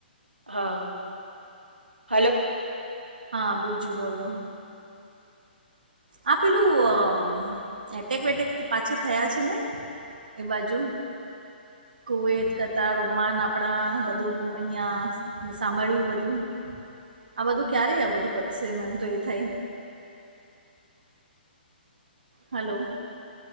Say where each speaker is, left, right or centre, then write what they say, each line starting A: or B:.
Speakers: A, on the right; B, on the right.
A: હા હા. હાલો.
B: હા બીજું બોલો હું. આ પેલું એટેક બેટેક પાછા થયા છે ને. એ બાજુ. કુવત કથ રોમાન આપણા બધું અહંયા સાંભળ્યું બધું આ બધું ક્યારેય આ બધું પતશે મને તો એ થાય hello.